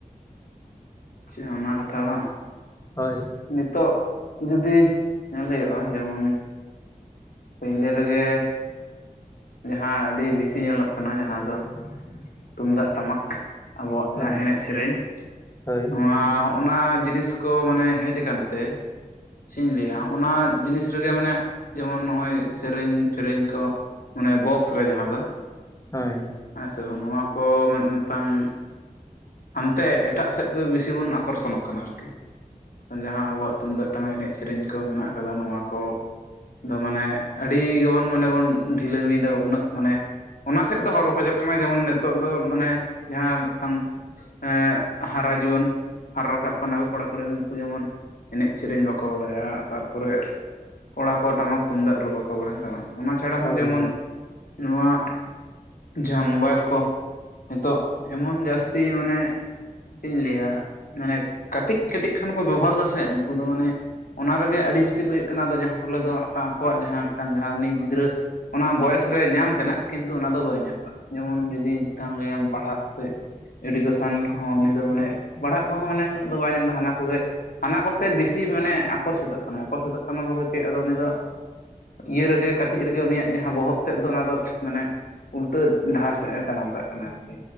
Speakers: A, on the left; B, on the left.
A: ᱪᱮᱫ ᱚᱱᱟ ᱠᱟᱛᱷᱟ ᱵᱟᱝ
B: ᱦᱳᱭ
A: ᱱᱤᱛᱚᱜ ᱡᱩᱫᱤ ᱧᱮᱞ ᱦᱩᱭᱩᱜᱼᱟ ᱡᱮᱢᱚᱱ ᱯᱳᱭᱞᱟᱹ ᱨᱮᱜᱮ ᱡᱟᱦᱟᱸ ᱟᱹᱰᱤ ᱵᱤᱥᱤ ᱧᱮᱞᱚᱜ ᱠᱟᱱᱟ ᱡᱟᱦᱟᱸ ᱫᱚ ᱛᱩᱢᱫᱟᱜ ᱴᱟᱢᱟᱠ ᱟᱵᱚᱣᱟᱜ ᱡᱟᱦᱟᱸ
B: ᱦᱳᱭ
A: ᱮᱱᱮᱡ ᱥᱮᱨᱮᱧ
B: ᱦᱳᱭ
A: ᱱᱚᱣᱟ ᱦᱚᱸ ᱚᱱᱟ ᱡᱤᱱᱤᱥ ᱠᱚ ᱢᱟᱱᱮ ᱦᱮᱡ ᱟᱠᱟᱱᱛᱮ ᱪᱮᱫ ᱤᱧ ᱞᱟᱹᱭᱟ ᱚᱱᱟ ᱡᱤᱱᱤᱥ ᱨᱮᱜᱮ ᱢᱟᱱᱮ ᱡᱮᱢᱚᱱ ᱱᱚᱜᱼᱚᱭ ᱥᱮᱨᱮᱧ ᱥᱮᱨᱮᱧ ᱠᱚ ᱚᱱᱮ ᱵᱚᱠᱥ ᱨᱮ ᱡᱟᱦᱟᱸ ᱫᱚ
B: ᱦᱳᱭ
A: ᱦᱮᱸ ᱥᱮ ᱵᱟᱝ ᱱᱚᱣᱟ ᱠᱚ ᱢᱤᱫ ᱢᱤᱫ ᱴᱟᱝ ᱦᱟᱱᱛᱮ ᱮᱴᱟᱜ ᱥᱮᱫ ᱜᱮ ᱵᱤᱥᱤ ᱵᱚᱱ ᱟᱠᱚᱨᱥᱚᱱᱚᱜ ᱠᱟᱱᱟ ᱟᱨᱠᱤ ᱡᱟᱦᱟᱸ ᱟᱵᱚᱣᱟᱜ ᱛᱩᱢᱫᱟᱜ ᱴᱟᱢᱟᱠ ᱮᱱᱮᱡ ᱥᱮᱨᱮᱧ ᱠᱚ ᱢᱮᱱᱟᱜ ᱟᱠᱟᱫᱟ ᱱᱚᱣᱟ ᱠᱚ ᱫᱚ ᱢᱟᱱᱮ ᱟᱹᱰᱤ ᱜᱮᱵᱚᱱ ᱢᱟᱱᱮ ᱵᱚᱱ ᱰᱷᱤᱞᱟᱹᱢᱤᱭᱮᱫᱟ ᱩᱱᱟᱹᱜ ᱢᱟᱱᱮ ᱚᱱᱟ ᱥᱮᱫ ᱫᱚ ᱦᱚᱲ ᱵᱟᱠᱚ ᱪᱟᱞᱟᱜ ᱠᱟᱱᱟ ᱡᱮᱢᱚᱱ ᱱᱤᱛᱚᱜ ᱫᱚ ᱢᱟᱱᱮ ᱡᱟᱦᱟᱸ ᱢᱤᱫᱴᱟᱝ ᱮᱸᱜ ᱦᱟᱨᱟ ᱡᱩᱣᱟᱹᱱ ᱦᱟᱨᱟ ᱨᱟᱠᱟᱵ ᱠᱟᱱᱟ ᱠᱚ ᱠᱚᱲᱟ ᱠᱩᱲᱤ ᱫᱚ ᱩᱱᱠᱩ ᱡᱮᱢᱚᱱ ᱮᱱᱮᱡ ᱥᱮᱨᱮᱧ ᱵᱟᱠᱚ ᱵᱟᱲᱟᱭᱟ ᱛᱟᱨᱯᱚᱨᱮ ᱠᱚᱲᱟ ᱠᱚ ᱴᱟᱢᱟᱠ ᱛᱩᱢᱫᱟᱜ ᱨᱩ ᱵᱟᱠᱚ ᱵᱟᱲᱟᱭᱟ ᱦᱮᱸ ᱥᱮ ᱵᱟᱝ ᱚᱱᱟ ᱪᱷᱟᱲᱟ
B: ᱦᱳᱭ
A: ᱦᱚᱸ ᱡᱮᱢᱚᱱ
B: ᱦᱳᱭ
A: ᱱᱚᱣᱟ ᱡᱟᱦᱟᱸ ᱢᱳᱵᱟᱭᱤᱞ ᱠᱚ ᱱᱤᱛᱚᱜ ᱮᱢᱚᱱ ᱡᱟᱹᱥᱛᱤ ᱛᱤ ᱢᱟᱱᱮ ᱪᱮᱫ ᱤᱧ ᱞᱟᱹᱭᱟ ᱢᱟᱱᱮ ᱠᱟᱹᱴᱤᱡ ᱠᱟᱹᱴᱤᱡ ᱠᱷᱚᱱ ᱠᱚ ᱵᱮᱵᱚᱦᱟᱨ ᱮᱫᱟ ᱥᱮ ᱩᱱᱠᱩ ᱫᱚ ᱢᱟᱱᱮ ᱚᱱᱟ ᱨᱮᱜᱮ ᱟᱹᱰᱤ ᱵᱮᱥᱤ ᱠᱚ ᱤᱭᱟ. ᱜ ᱠᱟᱱᱟ ᱟᱨ ᱡᱟᱦᱟᱸ ᱯᱷᱚᱞᱮ ᱫᱚ ᱢᱤᱫ ᱴᱟᱝ ᱟᱠᱚᱣᱟᱜ ᱡᱟᱦᱟᱸ ᱢᱤᱫᱴᱟᱝ ᱡᱟᱦᱟᱸ ᱱᱤᱡ ᱜᱤᱫᱽᱨᱟᱹ ᱚᱱᱟ ᱵᱚᱭᱚᱥ ᱨᱮ ᱧᱟᱢ ᱛᱮᱱᱟᱜ ᱠᱤᱱᱛᱩ ᱚᱱᱟ ᱫᱚ ᱵᱟᱭ ᱧᱟᱢ ᱮᱫᱟ ᱡᱮᱢᱚᱱ ᱡᱩᱫᱤ ᱢᱤᱫ ᱴᱟᱝ ᱞᱟ. ᱭ-ᱟᱢ ᱯᱟᱲᱦᱟᱜ ᱥᱮᱫ ᱮᱰᱩᱠᱮᱥᱚᱱ ᱠᱚᱦᱚᱸ ᱩᱱᱤ ᱫᱚ ᱢᱟᱱᱮ ᱯᱟᱲᱦᱟᱜ ᱠᱚᱦᱚᱸ ᱢᱟᱱᱮ ᱩᱱᱟᱹᱜ ᱫᱚ ᱵᱟᱭ ᱧᱟᱢ ᱮᱫᱟ ᱦᱟᱱᱟ ᱠᱚᱜᱮ ᱦᱟᱱᱟ ᱠᱚ ᱩᱚᱛᱮ ᱵᱤᱥᱤ ᱢᱟᱱᱮ ᱟᱠᱚᱨᱥᱤᱛᱚᱜ ᱠᱟᱱᱟᱭ ᱟᱠᱚᱨᱥᱤᱛᱚᱜ ᱠᱟᱱᱟ ᱵᱚᱞᱮ ᱪᱮᱫ ᱟᱫᱚ ᱩᱱᱤ ᱫᱚ ᱤᱭᱟᱹ ᱨᱮᱜᱮ ᱠᱟᱹᱴᱤᱡ ᱨᱮᱜᱮ ᱩᱱᱤᱭᱟᱜ ᱡᱟᱦᱟᱸ ᱵᱚᱦᱚᱜ ᱛᱮᱫ ᱫᱚ ᱚᱱᱟ ᱫᱚ ᱢᱟᱱᱮ ᱩᱞᱴᱟᱹ ᱰᱟᱦᱟᱨ ᱥᱮᱫ ᱮ ᱛᱟᱲᱟᱢ ᱠᱟᱜ ᱠᱟᱱᱟ ᱟᱨᱠᱤ